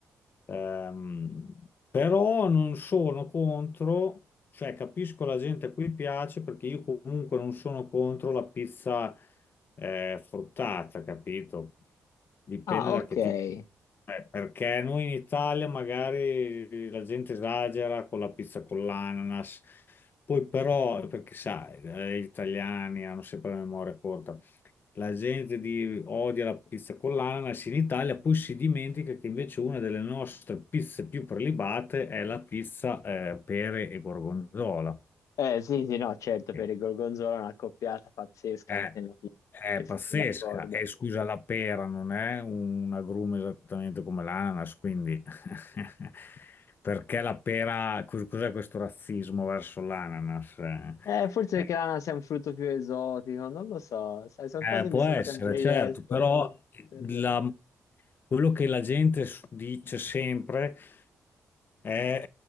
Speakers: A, on the left; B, on the left.
A: Ehm, però non sono contro, cioè capisco la gente a cui piace perché io comunque non sono contro la pizza eh, fruttata, capito? Dipende
B: Ah,
A: da
B: ok.
A: che tipo. eh, perché noi in Italia magari la gente esagera con la pizza con l'ananas, poi però, perché sai, eh, gli italiani hanno sempre la memoria corta. La gente di- odia la pizza con l'ananas in Italia, poi si dimentica che invece una delle nostre pizze più prelibate è la pizza eh, pere e gorgonzola.
B: Eh sì, sì, no, certo, per
A: Sì.
B: il Gorgonzola è una coppiata pazzesca
A: È,
B: anche nella pizza,
A: è
B: sì, sì,
A: pazzesca.
B: sono d'accordo.
A: E scusa, la pera non è un agrume esattamente come l'ananas, quindi <laughs> perché la pera, cos- cos'è questo razzismo verso l'ananas? Eh,
B: Eh, forse
A: eh,
B: perché l'ananas è un frutto più esotico, non lo so, sai, sono
A: Eh,
B: cose che
A: può
B: mi sono
A: essere,
B: sempre
A: certo,
B: chiesto.
A: però
B: Sì,
A: la-
B: sì.
A: quello che la gente s- dice sempre è,